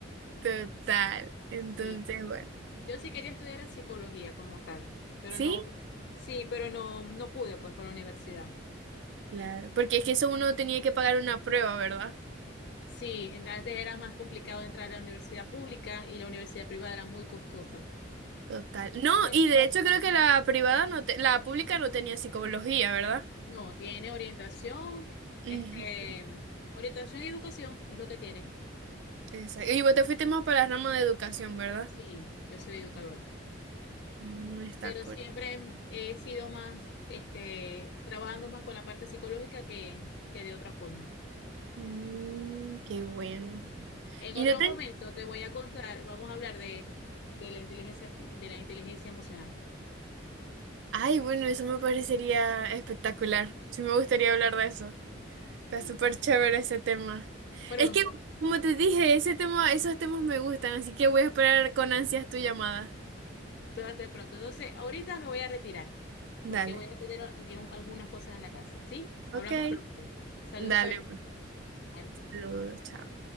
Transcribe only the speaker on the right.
Total. Entonces,
bueno.
Sí,
claro. Porque es que eso uno tenía que pagar una prueba, ¿verdad?
Total. No,
y de hecho creo que la privada no te- la pública no tenía psicología, ¿verdad?
Ujú.
Exacto. Y vos te fuiste más para el ramo de educación, ¿verdad?
No está
cool.
Mm, qué bueno.
Y
no te...
Ay, bueno, eso me parecería espectacular. Sí me gustaría hablar de eso. Está
súper chévere ese tema.
Es que, como te dije, ese tema, esos temas me gustan, así que voy a esperar con ansias tu llamada.
Dale.
Ok.
Dale,
pues.
Saludos, chao.